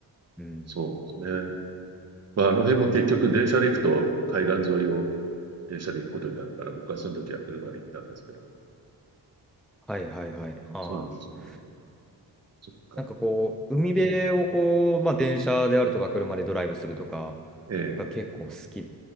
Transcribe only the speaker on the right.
そうなんですね。まあ、あの辺も結局電車で行くと海岸沿いを電車で行くことになるから、僕はその時は車で行ったんですけども。
そうなんですね。そっか。
うん、
ええ